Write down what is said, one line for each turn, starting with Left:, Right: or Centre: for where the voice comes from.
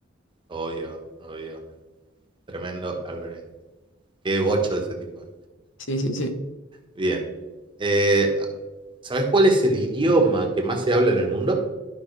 Right: Obvio, obvio. Tremendo Albert Qué bocho de ese tipo. ¿eh?
Left: Sí, sí, sí.
Right: Bien. Eh, ¿Sabes cuál es el idioma que más se habla en el mundo?